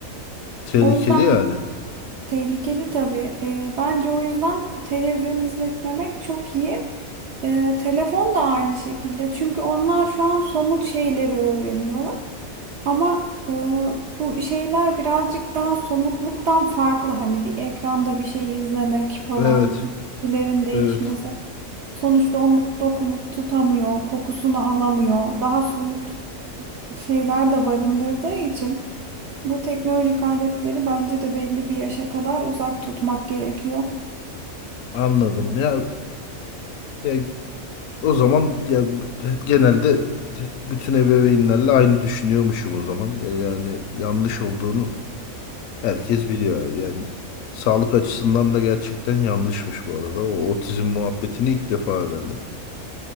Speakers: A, on the left; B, on the right.
A: tehlikeli
B: O yüzden
A: yani.
B: bu tehlikeli tabii. E, bence o yüzden televizyon izletmemek çok iyi. E, telefon da aynı şekilde. Çünkü onlar şu an somut şeyleri öğreniyorlar. Ama e, bu şeyler birazcık daha somutluktan farklı. Hani bir ekranda bir şey izlemek falan,
A: Evet,
B: tüylerin değişmesi.
A: evet.
B: Sonuçta onu dokunup tutamıyor, kokusunu alamıyor. Daha soyut şeyler de barındırdığı için bu teknolojik aletleri bence de belli bir yaşa kadar uzak tutmak gerekiyor.
A: Anladım. Ya, ya o zaman ya genelde bütün ebeveynlerle aynı düşünüyormuşum o zaman. Ya Yani yanlış olduğunu herkes biliyor. Yani sağlık açısından da gerçekten yanlışmış bu arada. O otizm muhabbetini ilk defa öğrendim.